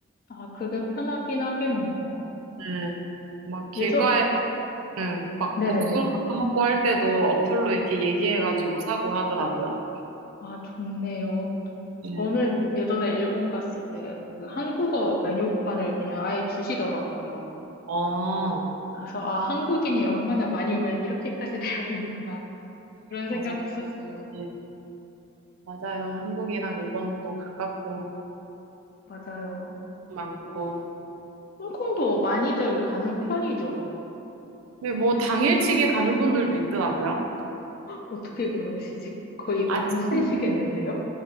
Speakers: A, on the left; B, on the right.
A: 아, 그게 편하긴 하겠네요.
B: 네. 막 길가에
A: 예전,
B: 네. 막
A: 네네네.
B: 복숭아 먹고 할 때도 어플로 이렇게 얘기해가지고 사고 하더라고요.
A: 아, 좋네요.
B: 네.
A: 저는 예전에 일본 갔을 때그 한국어 메뉴판을 그냥 아예 주시더라고요.
B: 어,
A: 그래서, 아, 한국인이 얼마나 많이 오면 이렇게까지 <laughs> 되어 있는가. 그런 생각했었어요.
B: 맞아. 예. 맞아요. 한국이랑 일본도 가깝고
A: 맞아요.
B: 많고.
A: 홍- 홍콩도 많이들 가는 편이죠.
B: 근데 뭐 당일치기 가는 분들도 있더라고요.
A: 어떻게 그러시지? 거의
B: 아침,
A: 밤새시겠는데요?